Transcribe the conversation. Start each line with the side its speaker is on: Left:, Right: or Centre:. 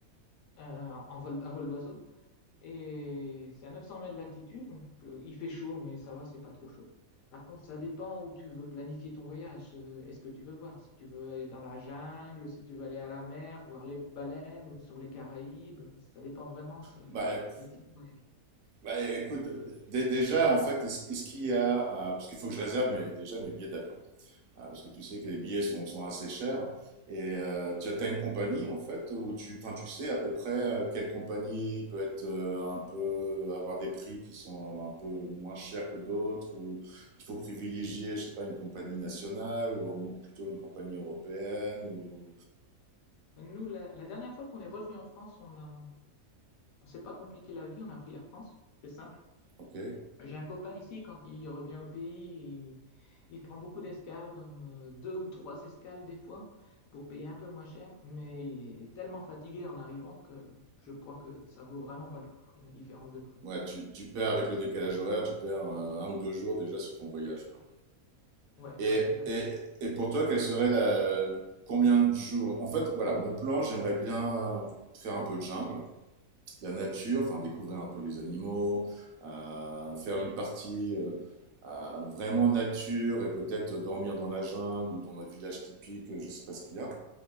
Left: euh, en vol, à vol d'oiseau. Et c'est à 900 mètres d'altitude, donc euh, il fait chaud, mais ça va, c'est pas trop chaud. Par contre, ça dépend où tu veux planifier ton voyage. Euh, Est-ce que tu veux voir? Si tu veux aller dans la jungle, si tu veux aller à la mer, voir les baleines ou sur les Caraïbes, ça dépend vraiment ce-
Right: Bah, euh,
Left: le type de voyage.
Right: bah, écoute, d- d- déjà en fait, est-ce est-ce qu'il y a, euh, parce qu'il faut que je réserve mes, déjà mes billets d'avion. Ah, parce que tu sais que les billets sont, sont assez chers. Et euh, tu as t'as une compagnie en fait où tu, enfin, tu sais à peu près euh, quelle compagnie peut être euh, un peu avoir des prix qui sont un peu moins chers que d'autres ou il faut privilégier, je sais pas, une compagnie nationale ou mo- plutôt une compagnie européenne ou
Left: Nous, la, la dernière fois qu'on est revenu en France, on a, on s'est pas compliqué la vie, on a pris Air France. C'est simple.
Right: ok.
Left: J'ai un copain ici, quand il revient au pays, il, il prend beaucoup d'escales, comme euh, deux ou trois escales des fois, pour payer un peu moins cher, mais il est tellement fatigué en arrivant que je crois que ça vaut vraiment pas le coup, la différence de prix.
Right: Ouais, tu, tu perds avec le décalage horaire, tu perds euh, un ou deux jours déjà sur ton voyage, quoi.
Left: Ouais,
Right: Et,
Left: ouais, exactement.
Right: et, et pour toi, quelle serait la... Combien de jours? En fait, voilà, mon plan, j'aimerais bien faire un peu de jungle, la nature, enfin découvrir un peu les animaux, euh, faire une partie euh, euh, vraiment nature et peut-être dormir dans la jungle ou dans un village typique, euh, je sais pas ce qu'il y a.